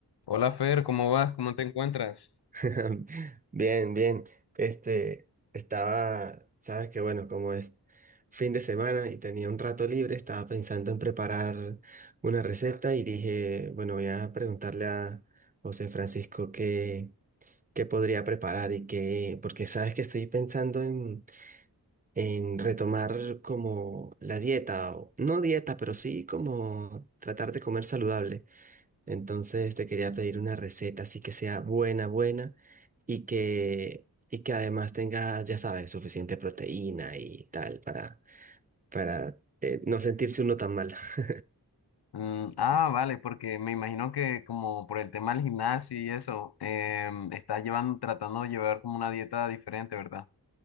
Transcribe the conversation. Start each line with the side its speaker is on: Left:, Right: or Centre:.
Left: Hola Fer, ¿cómo vas? ¿Cómo te encuentras?
Right: <laughs> Bien, bien. Este, estaba, sabes que bueno, como es fin de semana y tenía un rato libre, estaba pensando en preparar una receta y dije, bueno, voy a preguntarle a José Francisco qué, qué podría preparar y qué, porque sabes que estoy pensando en, en retomar como la dieta, o no dieta, pero sí como tratar de comer saludable. Entonces te quería pedir una receta así que sea buena, buena y que, y que además tenga, ya sabes, suficiente proteína y tal para, para eh, no sentirse uno tan mal. <laughs>
Left: Mm, ah, vale, porque me imagino que como por el tema del gimnasio y eso, em, estás llevando, tratando de llevar como una dieta diferente, ¿verdad?